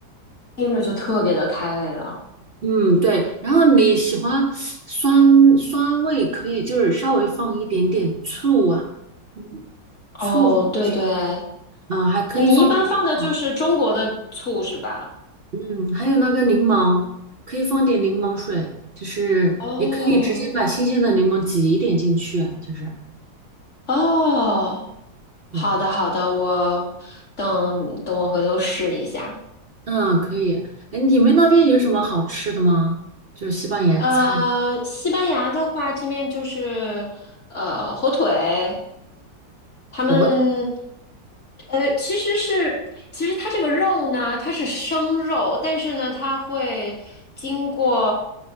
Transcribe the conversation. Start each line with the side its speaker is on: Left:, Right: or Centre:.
Left: 听着就特别的开胃了。
Right: 嗯，对。然后你喜欢酸酸味，可以就是稍微放一点点醋啊，嗯，醋放进去啊，
Left: 哦，对对，
Right: 啊，还可以放点柠檬。
Left: 你一般放的就是中国的醋是吧？
Right: 嗯，还有那个柠檬，可以放点柠檬水，就是也可以直接把新鲜的柠檬挤一点进去啊，
Left: 哦
Right: 就是
Left: 哦，
Right: 对，
Left: 好的好的，我等等我回头试一下。
Right: 嗯，可以。哎，你们那边有什么好吃的吗？就是西班牙菜，
Left: 呃，西班牙的话，这面就是呃火腿，他们，
Right: 火腿，
Left: 呃，其实是，其实它这个肉呢，它是生肉，但是呢，它会经过